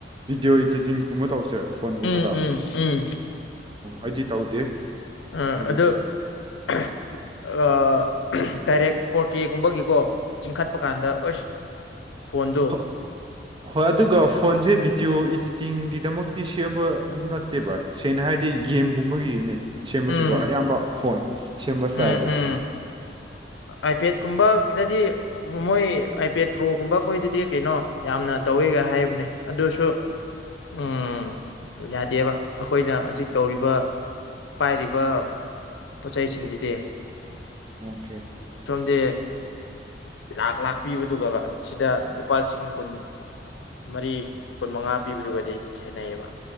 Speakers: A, on the right (about 25°); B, on the left (about 85°).
A: ꯚꯤꯗꯤꯑꯣ ꯏꯗꯤꯇꯤꯡꯒꯨꯝꯕ ꯇꯧꯁꯦ ꯐꯣꯟꯒꯨꯝꯕꯗ
B: ꯎꯝ ꯎꯝ ꯎꯝ
A: ꯑꯩꯗꯤ ꯇꯧꯗꯦ
B: ꯑꯥ
A: ꯃꯣꯏꯒꯤ
B: ꯑꯗꯨ ꯑꯥ ꯗꯥꯏꯔꯦꯛ ꯐꯣꯔ ꯀꯦꯒꯨꯝꯕꯒꯤ ꯀꯣ ꯆꯤꯡꯈꯠꯄ ꯀꯥꯟꯗ ꯑꯁ ꯐꯣꯟꯗꯣ
A: ꯍ ꯍꯣꯏ ꯑꯗꯨꯒ ꯐꯣꯟꯁꯦ ꯚꯤꯗꯤꯑꯣ ꯏꯗꯤ ꯇꯤꯡꯒꯤꯗꯃꯛꯇꯤ ꯁꯦꯝꯕ ꯅꯠꯇꯦ ꯚꯥꯏ ꯁꯦꯡꯅ ꯍꯥꯏꯔꯗꯤ ꯒꯦꯝꯒꯨꯝꯕꯒꯤꯅꯦ ꯁꯦꯝꯕꯁꯤꯀꯣ
B: ꯎꯝ
A: ꯑꯌꯥ ꯌꯥꯝꯕ ꯐꯣꯟ ꯁꯦꯝꯕ ꯏꯁꯇꯥꯏꯜꯁꯦ
B: ꯎꯝ ꯎꯝ ꯑꯥꯏꯄꯦꯗꯀꯨꯝꯕ ꯒꯤꯗꯗꯤ ꯃꯣꯏ ꯑꯥꯏꯄꯦꯗ ꯄ꯭ꯔꯣꯒꯨꯝꯕ ꯈꯣꯏꯗꯗꯤ ꯀꯩꯅꯣ ꯌꯥꯝꯅ ꯇꯧꯋꯦꯒ ꯍꯥꯏꯕꯅꯦ ꯑꯗꯨ ꯗꯨꯁꯨ ꯎꯝ ꯌꯥꯗꯦꯕ ꯑꯩꯈꯣꯏꯅ ꯍꯧꯖꯤꯛ ꯇꯧꯔꯤꯕ ꯄꯥꯏꯔꯤꯕ ꯄꯣꯠꯆꯩꯁꯤꯡꯁꯤꯗꯤ
A: ꯑꯣꯀꯦ
B: ꯗꯦ ꯂꯥꯛ ꯂꯥꯛꯄꯤꯕꯗꯨꯒ ꯁꯤꯗ ꯂꯨꯄꯥ ꯂꯤꯁꯤꯡ ꯀꯨꯟ ꯃꯔꯤ ꯀꯨꯟ ꯃꯉꯥ ꯄꯤꯕꯗꯨꯒꯗꯤ ꯈꯦꯠꯅꯩꯌꯦꯕ